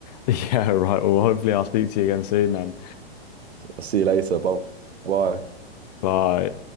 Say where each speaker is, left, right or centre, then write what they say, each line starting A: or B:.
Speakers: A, on the left; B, on the right.
A: Yeah, right. Well, hopefully I'll speak to you again soon then.
B: I'll see you later. Bye bye.
A: Bye.